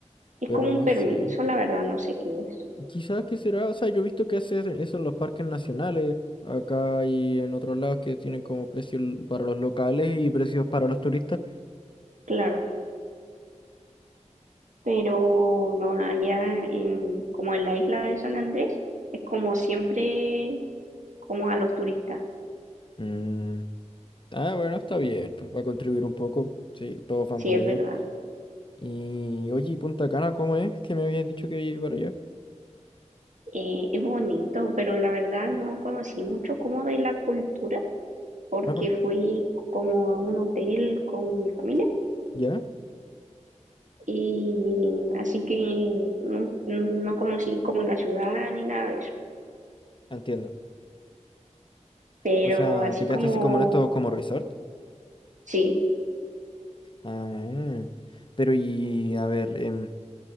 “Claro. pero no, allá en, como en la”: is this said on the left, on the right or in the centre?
Right